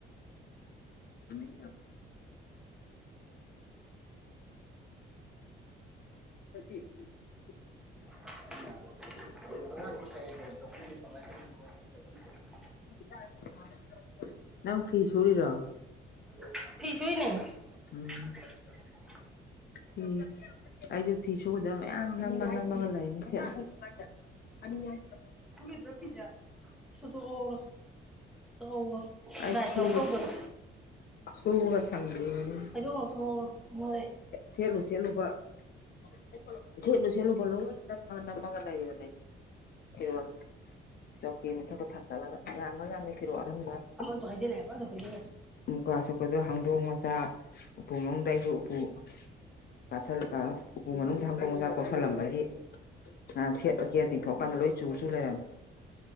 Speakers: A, on the left (about 55°); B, in the centre.
A: <unintelligible> <unintelligible>
B: <unintelligible> ꯑꯉꯥꯡꯗꯤ <unintelligible>
A: <unintelligible> ꯅꯪꯐꯤ ꯁꯨꯔꯤꯔꯣ꯫
B: <unintelligible> ꯐꯤ ꯁꯨꯔꯤꯅꯦ꯫
A: ꯎꯝ꯫
B: <unintelligible>
A: ꯐꯤ <unintelligible> ꯑꯩꯖꯨ ꯐꯤ ꯁꯨꯒꯗꯕ ꯃꯌꯥꯝ ꯅꯝꯃ <unintelligible> ꯅꯝꯃꯒ ꯂꯩ <unintelligible> ꯑꯅꯤꯅꯦ ꯍꯥꯏ <unintelligible>
B: <unintelligible> ꯐꯤꯖꯦ ꯁꯨꯗꯣꯛꯍꯧꯔꯣ꯫ <unintelligible> ꯗ꯭ꯔꯥꯏ
A: ꯁꯨꯕ
B: ꯇꯧꯇꯧꯗꯅ꯫
A: ꯁꯨꯕꯒ ꯁꯪꯗ꯭ꯔꯤꯕꯅꯤ
B: <unintelligible> ꯃꯣꯠꯂꯦ
A: ꯁꯦꯠꯂꯨ ꯁꯦꯠꯂꯨꯕ꯫ <unintelligible> ꯁꯦꯠꯂꯨ ꯁꯦꯠꯂꯨꯕ ꯂꯣꯏ ꯅꯝꯃ ꯅꯝꯃꯒ ꯂꯩꯕꯅꯦ ꯐꯤꯔꯣꯟ꯫ ꯆꯧꯀꯔꯤ ꯃꯊꯛꯇ ꯊꯥꯡꯒꯠꯂꯒ ꯌꯥꯝꯒ꯭ꯔꯖꯥꯠꯅꯤ ꯐꯤꯔꯣꯟ ꯑꯍꯟ ꯑꯍꯟꯕ꯫
B: ꯑꯃꯁꯨ ꯍꯥꯏꯖꯤꯜꯂꯦ ꯈꯔꯁꯨ ꯍꯩꯖꯜꯂꯨ꯫
A: ꯃꯨꯀꯥ ꯁꯨꯠꯀꯗꯣ ꯍꯪꯗꯣꯡ ꯃꯆꯥ ꯎꯄꯨ ꯃꯅꯨꯡꯗ ꯑꯩꯁꯨ ꯎꯄꯨ <unintelligible> ꯎꯄꯨ <unintelligible> ꯃꯅꯨꯡꯗ ꯍꯪꯗꯣꯡ ꯃꯆꯥꯥ ꯀꯣꯛꯁꯜꯂꯝꯕꯒꯤ ꯅꯍꯥꯟ ꯁꯦꯠ ꯀꯦꯅ ꯇꯤꯡꯊꯣꯛꯑꯀꯥꯟꯗ ꯂꯣꯏ ꯆꯨ ꯆꯨ ꯂꯩꯔꯝꯃꯦ꯫